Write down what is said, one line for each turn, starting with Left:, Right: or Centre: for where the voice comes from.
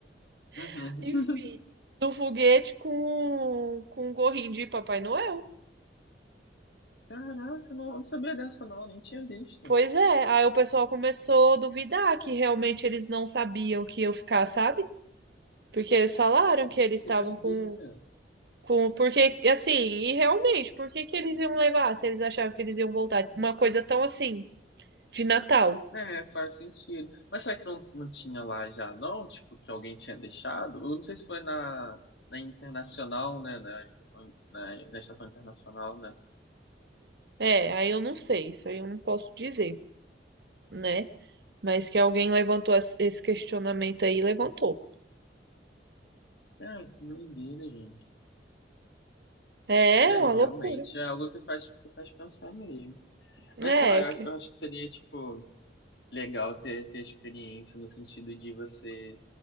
Left: Uhum.
Right: <laughs> enfim,
Left: <laughs>
Right: no foguete com, com um gorrinho de Papai Noel.
Left: Caraca, não, eu não sabia dessa não, nem tinha visto.
Right: Pois é, aí o pessoal começou a duvidar que realmente eles não sabiam que eu ficar, sabe? Porque eles falaram que eles
Left: Ih, que
Right: estavam
Left: doideira.
Right: com, com. Porque, assim, e realmente, por que que eles iam levar se eles achavam que eles iam voltar? Uma coisa tão assim, de Natal.
Left: É, faz sentido. Mas será que não, não tinha lá já não? Tipo, que alguém tinha deixado? Eu não sei se foi na, na Internacional, né? Na estação, na, na Estação Internacional, né?
Right: É, aí eu não sei, isso aí eu não posso dizer, né? Mas que alguém levantou as- esse questionamento aí, levantou.
Left: Cara, que doideira, gente.
Right: É
Left: Né,
Right: uma loucura.
Left: realmente é algo que faz, que faz pensar mesmo.
Right: É,
Left: Mas sei lá, eu,
Right: que-
Left: acho eu acho que seria, tipo, legal ter, ter experiência no sentido de você